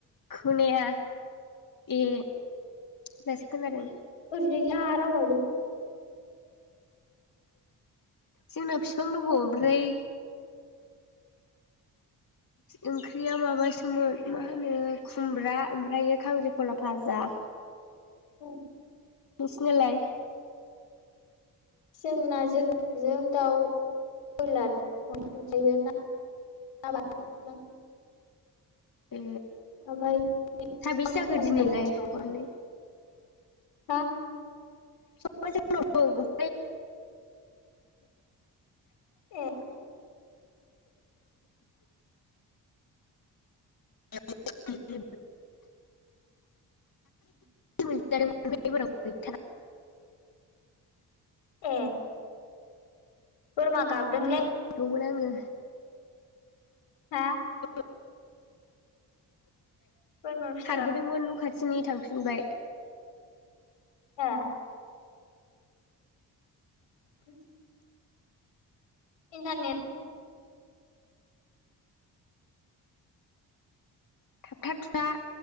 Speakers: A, on the left; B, on the left.
A: खोनाया ए दासो खोनादों।
B: ओरैजाय गैया रावनावबो
A: जोंना फिफां दङ ओमफ्राय ओंख्रिया माबासोमोन मा होनो खुमब्रा ओमफ्राय खांख्रिखला भाजा
B: उम
A: नोंसिनालाय
B: जोंना जोगनारजों दाउ बयलार ओमफ्रायो ना बाथोनमोन
A: ए
B: ओमफ्राय
A: साबिसे
B: दंमोन
A: जाखो दिनैलाय
B: आरो बिफाङा
A: हरनो?
B: हा
A: <inaudible>
B: ए
A: <inaudible> ओमफ्राय एबाराव गैथारा
B: ए बोरमा गाबदोंलै।
A: <unintelligible> होदोंमोन आङो
B: हा
A: <unintelligible>
B: बोरमा फिसा
A: खारबोदोंमोन
B: गाब
A: न' खा दिनै थांफिनबाय।
B: ए <inaudible> इन्टारनेट
A: <inaudible>